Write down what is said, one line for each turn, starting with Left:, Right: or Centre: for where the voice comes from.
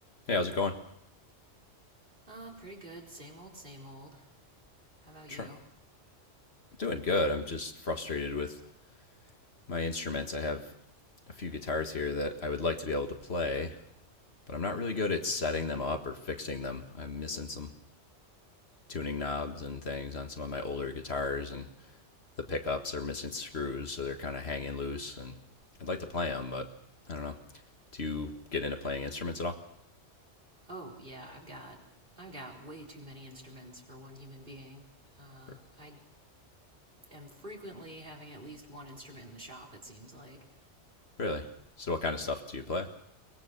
Left: Hey, how's it going?
Right: Uh, pretty good. Same old, same old. How about
Left: Try-
Right: you?
Left: doing good. I'm just frustrated with my instruments. I have a few guitars here that I would like to be able to play, but I'm not really good at setting them up or fixing them. I'm missing some tuning knobs and things on some of my older guitars, and the pickups are missing screws, so they're kind of hanging loose. And I'd like to play them, but I don't know. Do you get into playing instruments at all?
Right: Oh, yeah, I've got I've got way too many instruments for one human being. Uh,
Left: R-
Right: I am frequently having at least one instrument in the shop, it seems like.
Left: really? So, what kind of stuff do you play?